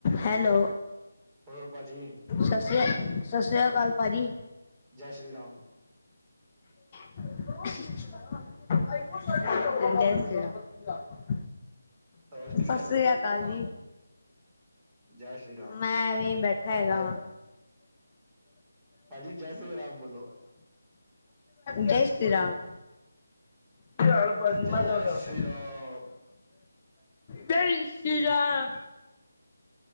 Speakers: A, on the left; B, on the right.
A: ਹੈਲੋ
B: ਹੋਰ ਭਾਜੀ ਕੀ
A: ਸਸ ਸ੍ਰੀ
B: ਹਾਲ ਏ
A: ਸਸ ਸ੍ਰੀ ਕਾਲ ਭਾਜੀ।
B: ਜੈ ਸ਼੍ਰੀ ਰਾਮ।
A: ਜੈ ਸੇ਼ਰਾ।
B: ਹੋਰ ਕੀ
A: ਸਸਰੀਆਂ
B: ਕਰ ਰਹੇ ਹੋ
A: ਅਕਾਲ ਜੀ
B: ਜੈ ਸ਼੍ਰੀ ਰਾਮ
A: ਮੈਂ ਏ ਵੀ ਬੈਠ। ਹੈਗਾ ਵਾਂ।
B: ਹਾਂਜੀ, ਜੈ ਸਿਆ ਰਾਮ ਬੋਲੋ।
A: ਜੈ ਸ਼੍ਰੀ ਰਾਮ। ਕੀ ਹਾਲ ਏ ਭਾਜੀ ਮੈਂ
B: ਜੈ
A: ਗੱਲ ਕਰਦੇ।
B: ਸ਼੍ਰੀ ਰਾਮ
A: ਜੈ ਸ਼੍ਰੀ ਰਾਮ।